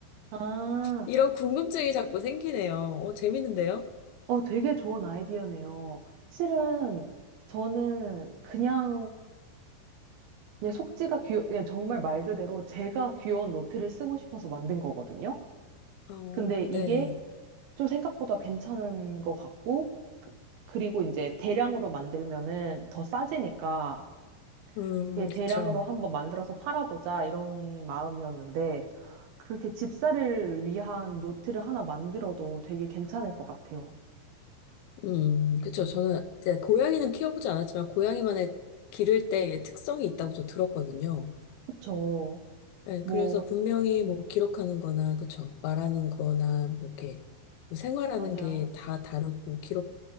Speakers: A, on the right; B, on the left.
A: 아,
B: 이런 궁금증이 자꾸 생기네요. 어, 재밌는데요?
A: 어, 되게 좋은 아이디어네요. 실은 저는 그냥 그냥 속지가 귀여, 그냥 정말 말 그대로 제가 귀여운 노트를 쓰고 싶어서 만든 거거든요.
B: 어,
A: 근데 이게
B: 네네.
A: 좀 생각보다 괜찮은 것 같고, 그, 그리고 이제 대량으로 만들면은 더 싸지니까,
B: 음,
A: 이게 대량으로
B: 그쵸.
A: 한번 만들어서 팔아보자 이런 마음이었는데, 그렇게 집사를 위한 노트를 하나 만들어도 되게 괜찮을 것 같아요.
B: 음, 그쵸. 저는 이제 고양이는 키워보지 않았지만 고양이만의 기를 때의 특성이 있다고 저 들었거든요.
A: 그쵸.
B: 네,
A: 뭐,
B: 그래서 분명히 뭐 기록하는 거나, 그쵸. 말하는 거나, 뭐 이렇게 뭐 생활하는
A: 맞아요.
B: 게 다 다르고 기록이